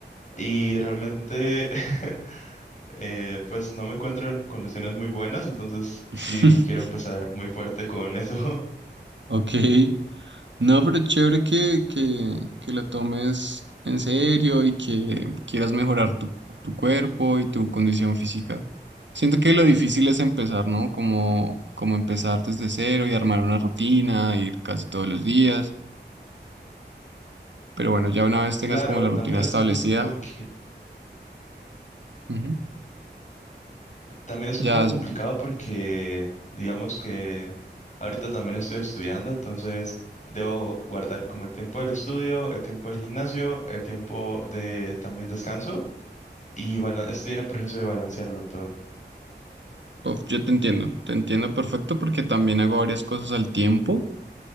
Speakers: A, on the left; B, on the right.
A: y realmente <laughs> eh, pues no me encuentro en condiciones muy buenas, entonces sí
B: <laughs>
A: quiero empezar muy fuerte con eso. <laughs>
B: Ok, No, pero chévere que, que, que lo tomes en serio y que quieras mejorar tu, tu cuerpo y tu condición física. Siento que lo difícil es empezar, ¿no? Como, como empezar desde cero y armar una rutina, ir casi todos los días. Pero bueno, ya una vez tengas
A: Claro,
B: como la
A: también
B: rutina establecida,
A: es difícil porque
B: ujú,
A: también es
B: ya,
A: un poco complicado
B: es-
A: porque digamos que ahorita también estoy estudiando, entonces debo guardar como el tiempo del estudio, el tiempo del gimnasio, el tiempo de también descanso y bala- estoy en el proceso de balancearlo todo.
B: uf, yo te entiendo, te entiendo perfecto porque también hago varias cosas al tiempo.